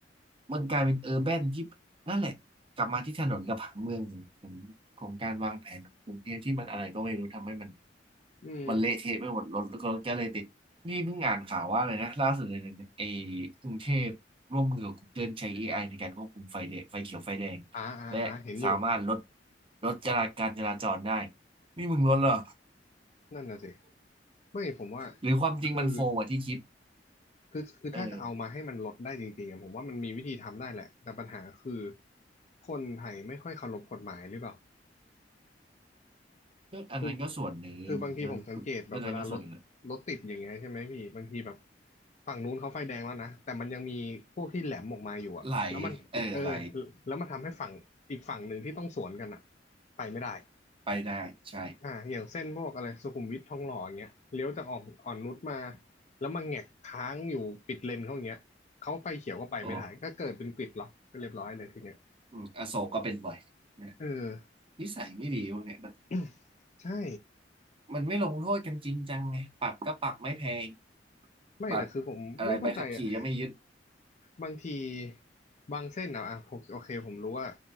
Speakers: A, on the right; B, on the left.
A: มันกลายเป็นเออร์แบนที่นั่นแหละกลับมาที่ถนนกับผังเมืองของของของการวางแผนของกรุงเทพที่มันอะไรก็ไม่รู้ทำให้มัน
B: อืม
A: มันเละเทะไปหมดรถก็ก็เลยติดนี่เพิ่งอ่านข่าวว่าเลยนะล่าสุดเลยนะไอ้กรุงเทพร่วมมือกับ Google ใช้เอไอในการควบคุมไฟแดงไฟเขียวไฟแดง
B: อ่าอ่าอ่าเห็นอยู่
A: และสามารถลดลดจราการจราจรได้นี่มึงลดเหรอ
B: นั่นน่ะสิไม่ผมว่า
A: หรือความจริงมันโฟกว่าที่คิด
B: คือคือคือถ้าจะเอามาให้มันลดได้จริงๆอะผมว่ามันมีวิธีทำได้แหละแต่ปัญหาคือ
A: เออ
B: คนไทยไม่ค่อยเคารพกฎหมายหรือเปล่า
A: ก็อันนั้นก็ส่วนหนึ่งก็ก็อันนั้นก็ส่วนหนึ่งนะ
B: คือคือบางทีผมสังเกตแบบเวลารถรถติดอย่างเงี้ยใช่ไหมพี่บางทีแบบฝั่งนู้นเขาไฟแดงแล้วนะแต่มันยังมีพวกที่แหลมออกมาอยู่อะแล้วมันเออ
A: ไหลเออไหล
B: แล้วมันทำให้ฝั่งอีกฝั่งหนึ่งที่ต้องสวนกันอะไปไม่ได้
A: ไปได้ใช่
B: อ่าอย่างเส้นพวกอะไรสุขุมวิททองหล่ออย่างเงี้ยเลี้ยวจากอ่อนอ่อนนุชมาแล้วมาแงกค้างอยู่ปิดเลนเขาอย่างเงี้ยเขาไฟเขียวก็ไปไม่ได้ก็เกิดเป็นกริดล็อกก็เรียบร้อยเลยทีเนี้ย
A: โอ้อืมอโศกก็เป็นบ่อยนะ
B: เออ
A: นิสัยไม่ดีพวกเนี่ยมัน
B: <coughs> ใช่
A: มันไม่ลงโทษกันจริงจังไงปรับก็ปรับไม่แพง
B: ไม่แต่คือผมไม่เข้าใจอ่ะ
A: บัตรอะไรใบขับขี่ก็ไม่ยึด
B: บางทีบางเส้นอ่ะอ่ะผมโอเคผมรู้ว่า